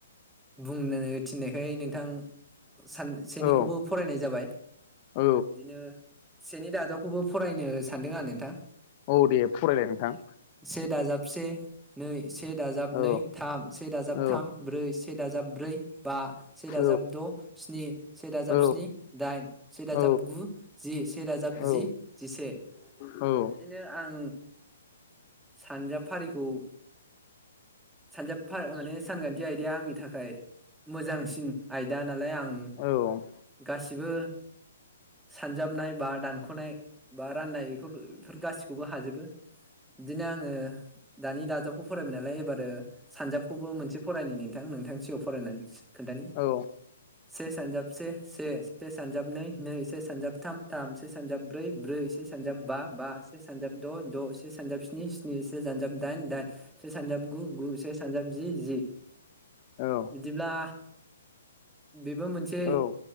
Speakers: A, in the centre; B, on the left.
A: बुंनो थिननायखाय नोंथां सानसेनिखौबो
B: औ
A: फरायनाय जाबाय बिदिनो
B: औ
A: सेनि दाजाबखौबो फरायनो सानदों आं नोंथां
B: औ दे फरायलाय नोंथां
A: से दाजाब से नै से दाजाब
B: औ
A: नै थाम से दाजाब
B: औ
A: थाम ब्रै से दाजाब ब्रै बा से
B: औ
A: दाजाब द स्नि। से दाजाब
B: औ
A: स्नि दाइन सेराजाब
B: औ
A: गु जि सेराजाब
B: औ
A: जि जिसे।
B: औ
A: बिदिनो आं सानजाफारिखौ। सानजाबफार माने सानखान्थि आयदाया आंनि थाखाय मोजांसिन आयदा नालाय आं।
B: औ
A: गासिबो सानजाबनाय बा दानखनाय बा राननायखौ बेफोर गासिबो खौबो हाजोबो बिदिनो आङो दानि दाजाबखौ फरायबाय नालाय एबारो। सानजाबखौबो मोनसे फरायनायनि नोंथां नोंथांनि सिगाङाव फरायनानै खोन्थानि।
B: औ
A: से सानजाब से से से सानजाब नै नै से सानजाबथाम। थाम से सानजाब ब्रै ब्रै से सानजाब बा बा से सानजाब। द द से सानजाब स्नि स्नि से सानजाब दाइन दाइन से सानजाब गु गु से सानजाब। जि जि
B: औ
A: बिदिब्ला बेबो मोनसे
B: औ